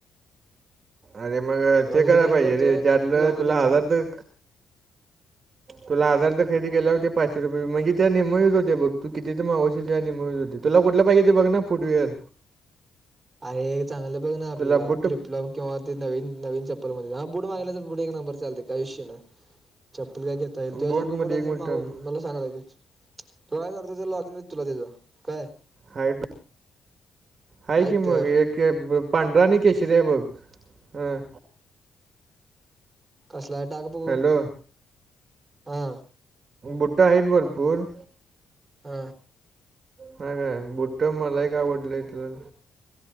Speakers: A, on the right; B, on the right.
A: अरे मग
B: राजा
A: ते करायला
B: तला हे
A: पाहिजे
B: करतो
A: रे त्यातलं
B: लॉगिन
A: तुला
B: येतो
A: हजार तर तुला आजार तर खरेदी केला होते पाचशे रुपये म्हजे त्या निमहीच होते बघ तू किती तर मागवशील त्या निेमही होते तुला कुठ पाहिजेते बघ ना फुटवेअर
B: अरे चांगले बघ ना आपल्याला
A: तुला बूट
B: फ्लिपलॉप किंवा ते नवीन नवीन चप हा बुडगयला तर बुड नंबर चालतेयुष्या नाही चप्ल का घेता येईल त्यावसारखं
A: बूटमध्ये
B: बुडाल
A: एक
B: तर
A: मिनिट
B: माग
A: थांब
B: मला चांगेच तुला कायचवडत लॉग इन तुला त्याचं काय
A: हाड आहेा
B: ऐक
A: की
B: तर
A: मग एक पांढरा आणि केशरी आहे मग अं
B: कसला टाक बघू
A: हॅलो
B: हा
A: बुट्टा आहेत भरपूर
B: हा
A: ह काय बुट्ट मला एक का आवडल इतलं